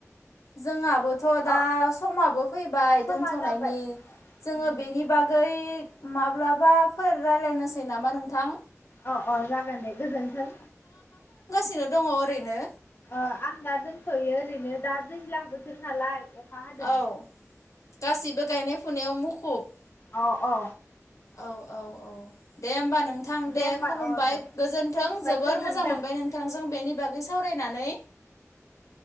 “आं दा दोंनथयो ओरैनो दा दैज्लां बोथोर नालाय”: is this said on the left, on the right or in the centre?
Left